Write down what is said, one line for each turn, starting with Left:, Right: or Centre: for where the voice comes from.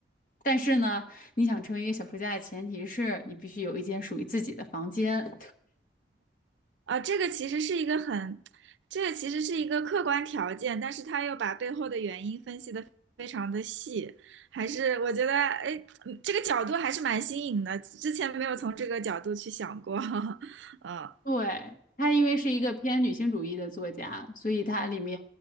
Left: 但是呢，你想成为一个小说家的前提是你必须有一间属于自己的房间。
Right: 啊，这个其实是一个很，这个其实是一个客观条件，但是他又把背后的原因分析的非常的细，还是我觉得，哎，嗯这个角度还是蛮新颖的，之前没有从这个角度去想过。<laughs> 嗯，
Left: 对，他，因为是一个偏女性主义的作家，所以他里面